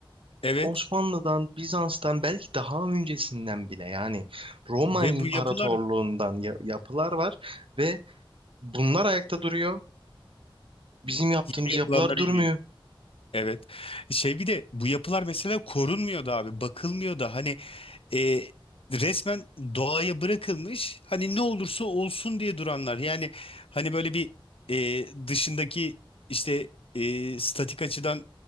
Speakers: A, on the left; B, on the right.
A: Evet
B: Osmanlı'dan, Bizans'tan belki daha öncesinden bile yani Roma
A: ve
B: İmparatorluğu'ndan
A: bu yapılar
B: ya- yapılar var ve bunlar ayakta duruyor. Bizim yaptığımız
A: yeni yapılanlara
B: yapılar durmuyor.
A: iniyor. Evet. Şey bir de bu yapılar mesela korunmuyor da abi, bakılmıyor da. Hani e, resmen doğaya bırakılmış hani ne olursa olsun diye duranlar. Yani hani böyle bir e, dışındaki işte e, statik açıdan